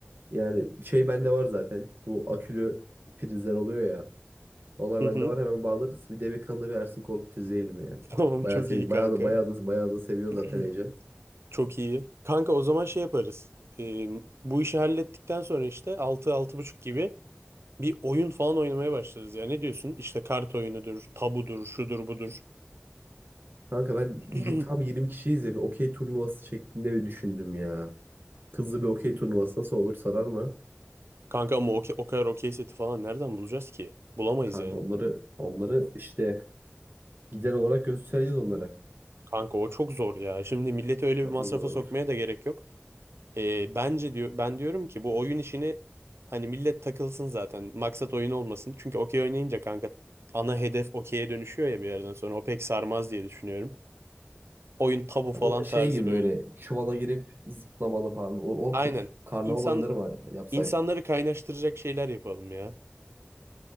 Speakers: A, on the right; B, on the right.
A: Yani şey bende var zaten. Bu akülü prizler oluyor ya. Onlar
B: Hı
A: bende
B: hı.
A: var hemen bağlarız. Bir Demek Han'da bir Ersin Korkut izleyelim yani.
B: <laughs> Tamam
A: Bayağı
B: çok
A: sevindim.
B: iyi kanka.
A: Bayağı da, bayağı da, bayağı da seviyor
B: <clears throat>
A: zaten Ecem.
B: Çok iyi. Kanka o zaman şey yaparız. Ee, bu işi hallettikten sonra işte altı altı buçuk gibi bir oyun falan oynamaya başlarız ya. Ne diyorsun? İşte kart oyunudur, tabudur, şudur budur.
A: Kanka ben
B: <clears throat>
A: bir- tam 20 kişiyiz ya bir okey turnuvası şeklinde bir düşündüm ya. Kızlı bir okey turnuvası nasıl olur sarar mı?
B: Kanka ama o, o kadar okey seti falan nereden bulacağız ki? Bulamayız
A: Kanka
B: yani.
A: onları onları işte gider olarak göstereceğiz onlara.
B: Kanka o çok zor ya. Şimdi milleti öyle
A: Çok
B: bir masrafa
A: mu zor olur?
B: sokmaya da gerek yok. Ee, bence diyor ben diyorum ki bu oyun işini hani millet takılsın zaten. Maksat oyun olmasın. Çünkü okey oynayınca kanka ana hedef okey'e dönüşüyor ya bir yerden sonra. O pek sarmaz diye düşünüyorum. Oyun tabu falan
A: Ya Bu da şey
B: tarzı
A: gibi
B: böyle.
A: böyle çuvala girip zıplamalı falan. O, o
B: Aynen.
A: tür karnaval
B: İnsan
A: oyunları var yapsak.
B: insanları kaynaştıracak şeyler yapalım ya.